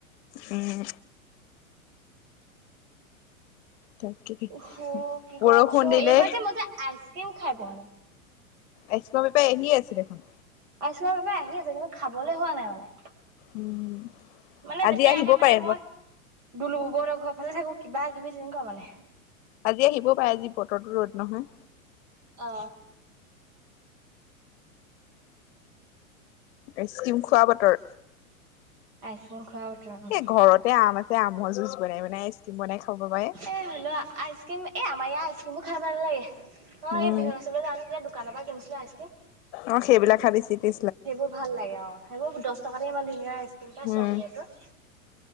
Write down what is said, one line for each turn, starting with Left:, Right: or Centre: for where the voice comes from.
Left: উম। তাকে
Right: উফ হো কি
Left: বৰষুণ
Right: গৰম দিছে অ?
Left: দিলে
Right: এইবাৰ যে মই যে আইচক্ৰিম খাই পোৱা নাই।
Left: আইচক্ৰীমৰ বেপাৰী আহিয়ে আছে দেখোন।
Right: আইচক্ৰীমৰ বেপাৰী আহি আছে কিন্তু খাবলৈ হোৱা নাই মানে।
Left: উম
Right: মানে
Left: আজি
Right: যেতিয়া
Left: আহিব
Right: আহে মানে
Left: পাৰে
Right: মই দুলু নবৌ হঁতৰ ঘৰৰ ফালে থাকো কিবা কিবি তেনেকুৱা মানে।
Left: আজি আহিব পাৰে আজি বতৰতো ৰ'দ নহয়।
Right: অ।
Left: আইচক্ৰীম খোৱা বতৰ।
Right: আইচক্ৰীম খোৱা বতৰা
Left: এ ঘৰতে আম আ ছে আমৰ জুছ বনাই বনাই আইচক্ৰীম বনাই খাব পাৰে।
Right: এ হ'লেও আইচক্ৰীম। এই আমাৰ ইয়াৰ আইচক্ৰীমবোৰ খাই ভাল নালাগে। অ
Left: উম।
Right: এই বিহু নাচিবলৈ যাওঁতে দোকানৰ পৰা কিনিছিলি আইচক্ৰীম।
Left: অ সেইবিলাক খাবি চিপি
Right: সেইবোৰ ভাল লাগে অ সেইবোৰ দহ টকাতে ইমান ধুনীয়া আইচক্ৰীম পায়
Left: উম।
Right: চকলেটৰ।